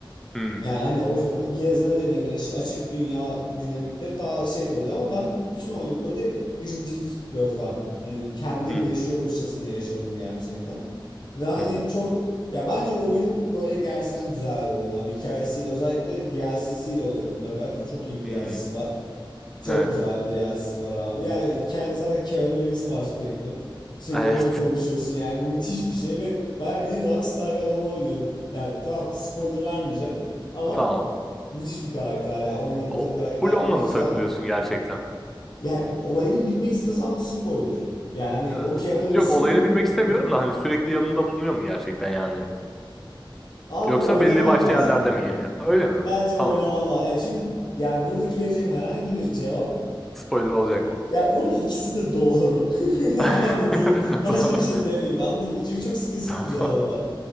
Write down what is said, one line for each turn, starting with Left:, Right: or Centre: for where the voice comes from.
Centre: Hmm.
Left: Yani hani o gezme deneyimleri, işte açık dünya dinamikleri daha şey de oluyor ama ben bütün oyunu böyle birinci gözden hani kendim
Centre: Hı hı.
Left: yaşıyormuşçasına yaşadım gerçekten. Ve hani
Centre: Hı hı.
Left: çok ya bence oyun böyle gerçekten güzel bir oyun abi. Hikayesiyle özellikle DLC'siyle oyna mutlaka. Çok iyi bir DLC'si
Centre: Hmm.
Left: var. Çok
Centre: Evet.
Left: güzel bir DLC'si var abi. Yani hikayede zaten Keanu Reeves var sürekli. Sürekli
Centre: Evet.
Left: onunla konuşuyorsun yani bu müthiş bir şey ve bayağı bir Rockstar bir adamı oynuyor. Yani daha spoiler vermeyeceğim. Ama
Centre: <laughs> Tamam.
Left: müthiş bir karakter yani oynattığı
Centre: O,
Left: karakterde
Centre: full onunla
Left: lütfen
Centre: mı takılıyorsun
Left: oyna.
Centre: gerçekten?
Left: Yani olayını bilmek istiyorsan bu spoiler. Yani hani
Centre: Ya,
Left: o Keanu
Centre: s-
Left: Reeves'in
Centre: yok olayını bilmek istemiyorum
Left: <laughs>
Centre: da hani sürekli yanında bulunuyor mu gerçekten yani?
Left: abi
Centre: Yoksa
Left: oynaman
Centre: belli başlı
Left: lazım
Centre: yerlerde
Left: ya.
Centre: mi geliyor? Öyle mi?
Left: Bence
Centre: Tamam.
Left: oynaman lazım. Yani çünkü yani buradaki vereceğim herhangi bir cevap
Centre: Spoiler olacak mı?
Left: ya burada ikisi de doğru. <laughs>
Centre: <laughs>
Left: Yani diyeyim, başka
Centre: Tamam.
Left: bir şey demeyeyim anladın mı? Çünkü çok spesifik
Centre: Tamam.
Left: bir cevabı var.